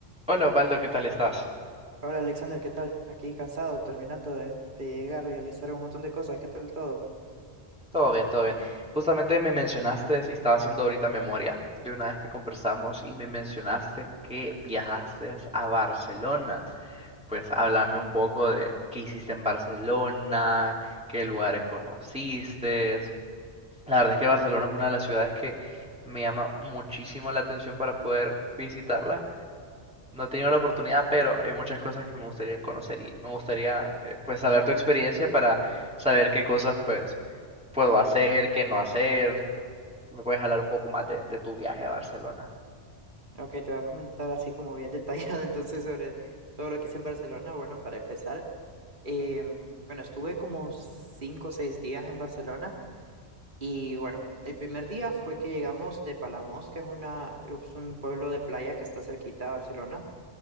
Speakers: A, in the centre; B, on the right (about 45°).
A: Hola Osvaldo, ¿qué tal estás?
B: Hola Alexander, ¿qué tal? Aquí cansado, terminando de, de llegar a realizar un montón de cosas. ¿Qué tal todo?
A: Todo bien, todo bien. Justamente me mencionaste, y estaba haciendo ahorita memoria de una vez que conversamos y me mencionaste que viajaste a Barcelona. Pues háblame un poco de qué hiciste en Barcelona, qué lugares conociste. La verdad es que Barcelona es una de las ciudades que me llama muchísimo la atención para poder visitarla. No he tenido la oportunidad, pero hay muchas cosas que me gustaría conocer y me gustaría eh, pues saber tu experiencia para saber qué cosas pues puedo hacer, qué no hacer. ¿Me puedes hablar un poco más de, de tu viaje a Barcelona?
B: Ok, te voy a comentar así como bien detallado <laughs> entonces sobre todo lo que hice en Barcelona. Bueno, para empezar, em, bueno, estuve como cinco o seis días en Barcelona y bueno, el primer día fue que llegamos de Palamós, que es una, es un pueblo de playa que está cerquita de Barcelona.